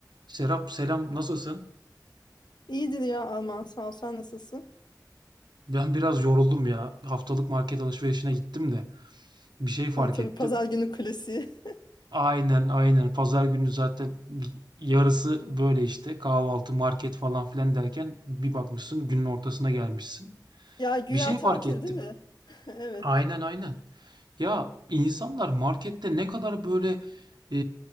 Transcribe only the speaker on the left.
İyidir ya Alman sağ ol. Sen nasılsın?
Ha, tabii
pazar günü klasiği. <laughs>
Ya güya
tatil
değil mi? <laughs> Evet.